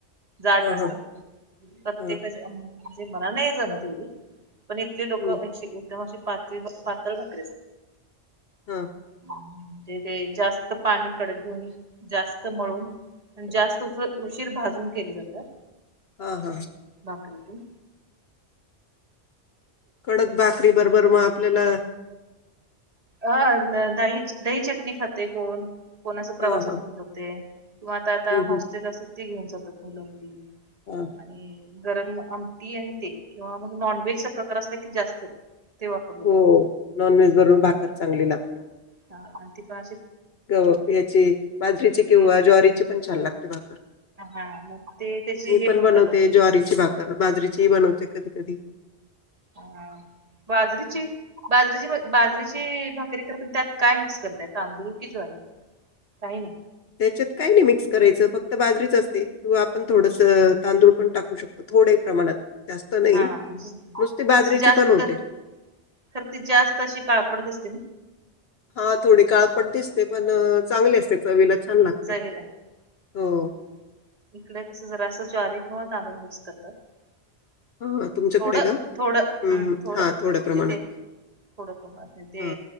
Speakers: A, on the right; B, on the left.
A: जाड
B: हां,
A: नसतात.
B: हां,
A: प्रत्येकाच्या
B: हां.
A: मला नाही जमत तेवढी पण इथले लोक
B: हं.
A: एकदम असे पातळी पातळ भाकरेस
B: हा
A: म्हणजे ते जास्त पाणी कडक घेऊन जास्त मळून जास्त उशीर भाजून केली जातात
B: हा हा
A: पाते <unintelligible>
B: कडक बाकरी बरोबर मग आपल्याला
A: अ दही दही चटणी खाते कोण कोणाच प्रवासात
B: हा हा
A: घेऊन जाते किंवा आता आता
B: हम्म
A: हॉस्टेल
B: हम्म
A: असत ते घेऊन जातात मुलंबली
B: हा
A: आणि गरम आमटी आणि ते किंवा मग नॉन वेजचा प्रकार असला की जास्त ते वापरलं
B: हो
A: जातं
B: नॉन व्हेज बरोबर भाकर चांगली लागते
A: ह आणि ती पा
B: ग या्याची बाजरीची
A: हम्म
B: किंवा ज्वारीची पण छान लागते भाकर
A: हा मग ते त्याची
B: मी
A: हे
B: पण बनवते
A: करतात
B: ज्वारीची भाकर बाजरीची बन चे कधी कधी
A: हम बाजरीची बाजरीची बाजरीची भाकरी करते त्यात काय मिक्स करताय तांदूळ की ज्वारी
B: ह
A: काही नाही
B: त्याच्यात काही नाही मिक्स करायचं फक्त बाजरीच असते किंवा आपण थोडस तांदूळ पण टाकू शकतो थड प्रमाणात जास्त नाही
A: हा म्हणजे
B: नुसती बाजरीची
A: असं जास्त
B: पण होते.
A: तरर ती जास्त अशी काळपड दिसते ना
B: हा थोडी काळ पण दिसते पण चांगली असते चवीला छान लागते.
A: सवी ह
B: हो
A: ह ह इकडे कस जरा असं ज्वारी स करत <unintelligible>
B: हा तुमच्याकडे
A: थोडं
B: का?
A: थोडं
B: हम्म
A: हम्
B: हम्म.
A: थोडं
B: हा थोड्या
A: म्हणजे
B: प्रमाणात
A: ते थोड क मत नाही ते
B: हा.